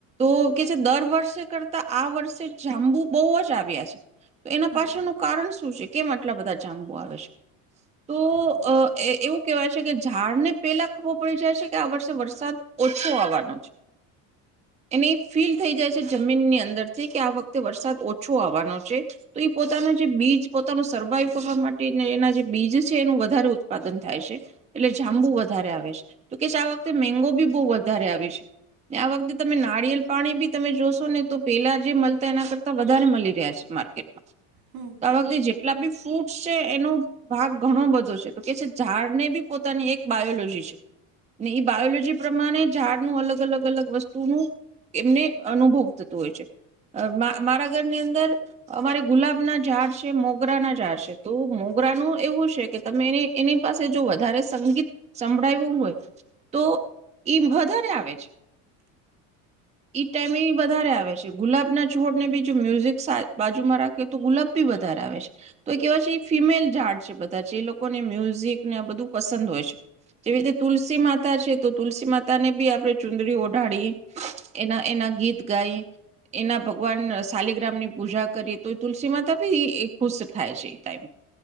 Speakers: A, on the right; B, on the right.
A: તો કે જે દર વર્ષે કરતા આ વર્ષે જાંબુ બોવજ આવ્યા છે. તો એના
B: હમ
A: પાશળ નું કારણ શું છે. કેમ આટલા બધા જાંબુ આવે છે? તો
B: હમ
A: અ એ એવું કેવાય છે કે ઝાડને પેલા ખબર પડી જાય છે કે આ વર્ષે વરસાદ ઓછો આવવાનો છે. એની ફીલ થઈ જાય છે જમીનની અંદર થી કે આ વખતે વરસાદ ઓછો આવાનો છે તો એ પોતાના જે બીજ પોતાનું સર્વાઈવ કરવા માટે એના એના જે બીજ છે એનું વધારે ઉત્પાદન થાય છે એટલે જાંબુ વધારે આવે છે તો કે છ આ વખતે મેંગો બી બહુ વધારે આવી છે. ને આ વખતે તમે નારિયેલ પાણી બી તમે જોશો ને તો પેલા જે મલતા એના કરતા વધારે મલી રહ્યા છે માર્કેટમાં
B: હમ
A: તો
B: હમ
A: આ વખતે જેટલા બી ફૂટ શે એનું ભાગ ઘણો બધો છે તો કે છે ઝાડ ને બી પોતાની એક બાયોલોજી છે ને ઈ બાયોલોજી પ્રમાણે ઝાડનું અલગ અલગ અલગ વસ્તુનું એમને અનુભવ થતું હોય છે. અ મા મારા ઘરની અંદર અમારે ગુલાબના ઝાડ છે મોગરા ના ઝાડ છે તો મોગરાનું એવું છે કે તમે એને એની પાસે જો વધારે સંગીત સંભળાઈવું હોય તો એ ઇમ વધારે આવે છે. ઈ ટાઈમ એ વધારે આવે છે ગુલાબના છોડને બીજું મ્યુઝિક સા-બાજુમાં રાખે તો ગુલાબ બી વધારે આવે છે તો કેવાય છે એ ફિમેલ ઝાડ છે બધા જે એ લોકોને મ્યુઝિક ને આ બધું પસંદ હોય છે જેવી રીતે તુલસી માતા છે તો તુલસી માતા ને બી આપણે ચુંદડી ઓઢાડીએ એના એના ગીત ગાઈએ એના ભગવાન શલીગ્રામની પૂજા કરીએ તો એ તુલસી માતા બી એ ખુશ થાય છે એ ટાઈમ